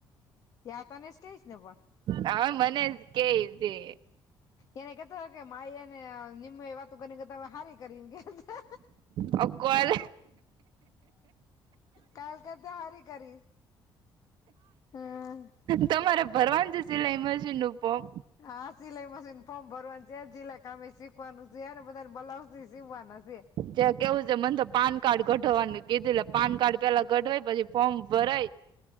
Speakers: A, on the left; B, on the right.
A: યા તનેસ કેઈ જ ને પણ
B: હા મને કેજે.
A: એને કેતો કે માઈ એને નિમ માઈ વાતુ કરી કેતા હારી કરી ગયા.
B: અ કોલ.
A: કાલ કરતા હારી કરીશ. હમ
B: તમારે ભરવાનુ જે સિલાઈ મશીન નુ ફોમ.
A: હા સિલાઈ મશીન ફોર્મ ભરવાનું છે સિલાક કામ સીખવાનું છે ને બધાને બ્લાઉઝ થી સીવવાના છે.
B: જયાં કેવું છે મને તો પાન કાર્ડ કઢવાનું કીધું પાન કાર્ડ પેલા કઢવાય પછી ફોર્મ ભરાય.